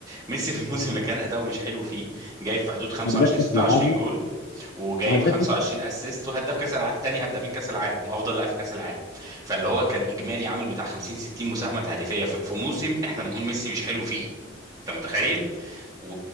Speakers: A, on the right; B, on the left.
A: ميسي في الموسم اللي كان اداؤه مش حلو فيه جايب في حدود 25
B: هداف في
A: 26
B: العالم
A: جول وجايب
B: وهداف
A: 25
B: كأس-
A: اسيست وهداف كاس الع... تاني هدافين كاس العالم وافضل لاعب في كاس العالم فاللي هو كان اجمالي عامل بتاع 50 60 مساهمه تهديفيه في في موسم احنا بنقول ميسي مش حلو فيه انت متخيل و...